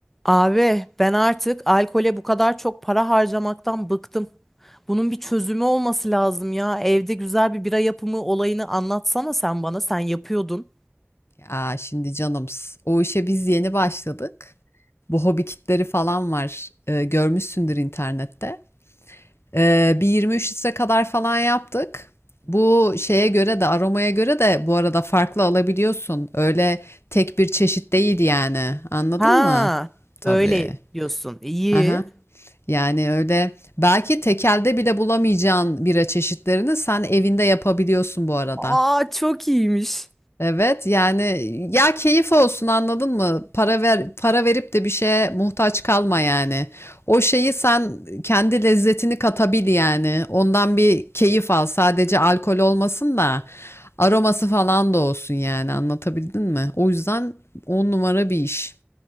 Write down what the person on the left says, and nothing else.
Aa, şimdi canımız. O işe biz yeni başladık. Bu hobi kitleri falan var. Ee, görmüşsündür internette. Ee, bir 23 litre kadar falan yaptık. Bu şeye göre de aromaya göre de bu arada farklı alabiliyorsun. Öyle tek bir çeşit değil yani. Anladın
mı? Tabii.
Aha. Yani öyle belki tekelde bile bulamayacağın bira çeşitlerini sen evinde yapabiliyorsun bu arada.
Evet yani ya keyif olsun anladın mı? Para ver para verip de bir şeye muhtaç kalma yani. O şeyi sen kendi lezzetini katabil yani. Ondan bir keyif al. Sadece alkol olmasın da aroması falan da olsun yani. Anlatabildim mi? O yüzden on numara bir iş